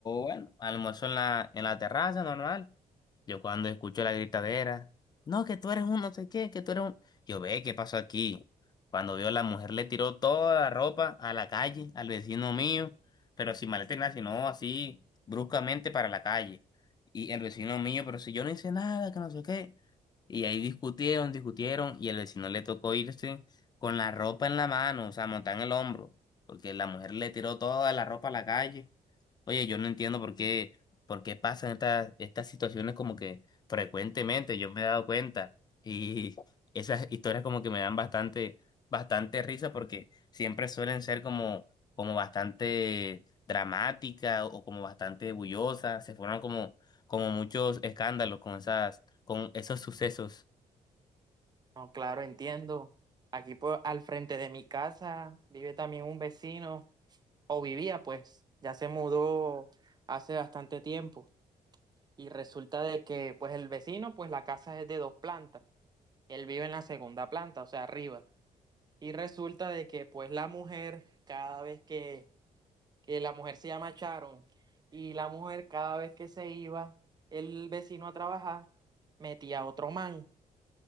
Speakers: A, on the left; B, on the right.
A: bueno, almuerzo en la, en la terraza normal. Yo cuando escucho la gritadera. No, que tú eres un no sé qué, que tú eres un... Yo ve, ¿qué pasó aquí? Cuando vio la mujer le tiró toda la ropa a la calle, al vecino mío, pero sin maleta ni nada, sino así bruscamente para la calle. Y el vecino mío, pero si yo no hice nada, que no sé qué. Y ahí discutieron, discutieron, y el vecino le tocó irse con la ropa en la mano, o sea, montada en el hombro, porque la mujer le tiró toda la ropa a la calle. Oye, yo no entiendo por qué, por qué pasan estas, estas situaciones como que frecuentemente, yo me he dado cuenta y <laughs> esas historias como que me dan bastante, bastante risa porque siempre suelen ser como, como bastante dramática o como bastante bullosas, se forman como, como muchos escándalos con esas, con esos sucesos.
B: No, claro, entiendo. Aquí po- al frente de mi casa vive también un vecino, o vivía pues, ya se mudó hace bastante tiempo. Y resulta de que pues el vecino, pues la casa es de dos plantas. Él vive en la segunda planta, o sea, arriba. Y resulta de que pues la mujer, cada vez que, que la mujer se llama Sharon, y la mujer cada vez que se iba el vecino a trabajar, metía a otro man.